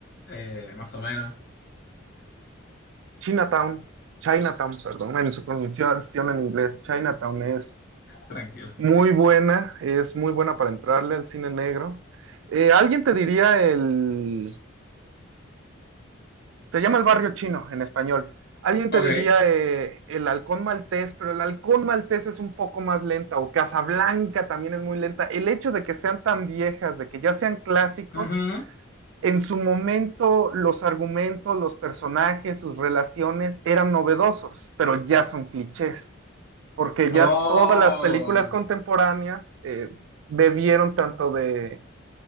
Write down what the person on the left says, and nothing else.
Eh, más o menos,
tranquilo.
Ok.
Ujú.
Oh.